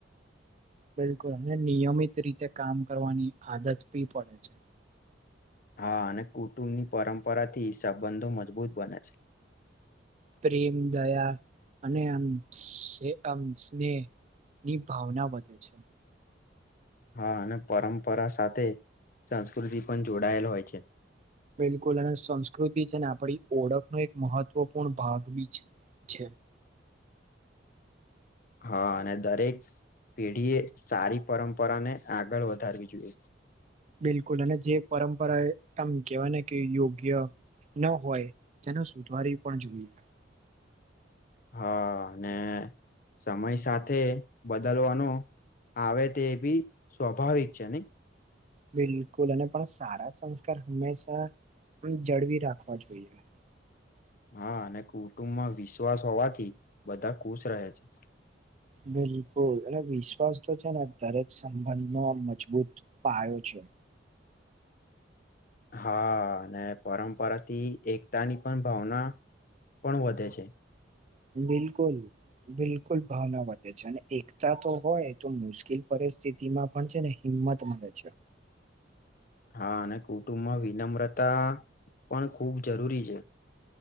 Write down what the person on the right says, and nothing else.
બિલકુલ અને નિયમિત રીતે કામ કરવાની આદત બી પડે છે.
પ્રેમ દયા નેસેહ ની ભાવના વધે છે.
બિલકુલ અને સંસ્કૃતિ છે ને આપડી ઓળખનો એક મહત્વપૂર્ણ ભાગ બી છે. છે.
બિલકુલ અને જે પરંપરા એ આમ કેવાના કે યોગ્ય ન હોય તેનો સુધારી પણ જોઈએ.
બિલકુલ અને પણ સારા સંસ્કાર હંમેશા પણ જડવી રાખવા જોઈએ.
બિલકુલ અને વિશ્વાસ તો છે ને દરેક સંબંધનો મજબૂત પાયો છે. <inaudible>
બિલકુલ બિલકુલ ભાવના વધે છે. અને એકતા તો હોય તો મુશ્કેલ પડે સ્થિતિમાં પણ છે ને હિંમત મળે છે.